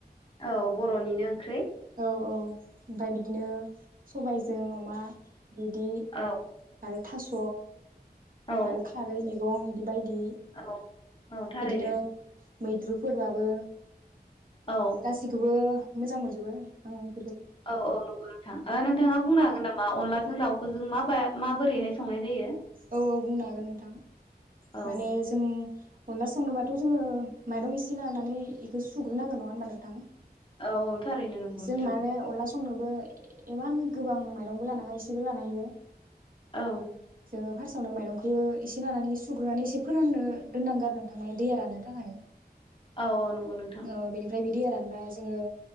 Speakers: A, on the left; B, on the right.
A: औ बर'निनो ओंख्रै
B: औ औ ओमफ्राय बिदिनो सबायजों अमा बिदि
A: औ
B: आरो थास'
A: औ
B: आरो खारै मैगं इदि बायदि
A: औ औ थारैनो
B: बिदिनो मैद्रु फोरबाबो
A: औ
B: गासिखौबो मोजां मोनजोबो औ
A: औ औ नंगौ नोंथां ओ नोंथाङा बुंनो हागोन नामा अनलाजों दाउखौजों माबा माबोरैहाय संनाय जायो?
B: औ औ बुंनो हागोन नोंथां
A: औ
B: माने जों अनला संनोबाथ' जोङो माइरं एसे लानानै एखौ सुग्रोनांगोन नङा होनबा नोंथां?
A: औ औ थारैनो नंगौ
B: जों
A: नोंथां
B: माने अनला संनोबो इमान गोबां माइरंबो लानाङा एसेल लानांगो
A: औ
B: जोङो फार्स्टआवनो माइरंखौ एसे लानानै सुग्रोनानै एसे फोराननो दोननांगोन आरो थारमाने दैया राननो थाखाय।
A: औ औ नंगौ नोंथां
B: ओ बेनिफ्राय बे दैया रानबा जोङो